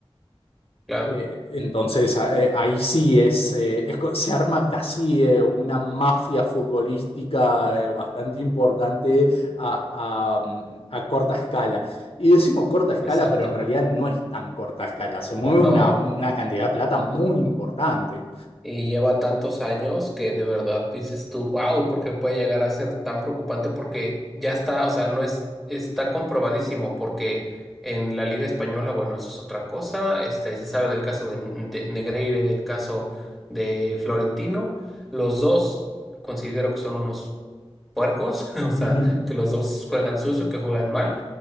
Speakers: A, in the centre; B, on the left (about 70°).
A: claro.
B: Eh, entonces a- eh, ahí sí es, eh, es co- se arma casi eh, una mafia futbolística eh, bastante importante a, a, mm, a corta escala. Y decimos corta escala,
A: Exacto.
B: pero en realidad no es tan corta escala. Se mueve
A: No.
B: una, una cantidad de plata muy importante.
A: Y lleva tantos años que de verdad dices tú, wow, ¿por qué puede llegar a ser tan preocupante? Porque ya está, o sea, no es, está comprobadísimo, porque en la Liga Española, bueno, eso es otra cosa, este, se sabe del caso de, de Negreira y del caso de Florentino, los dos considero que son unos puercos, <laughs> o sea,
B: Ujú.
A: que los dos juegan sucio, que juegan mal,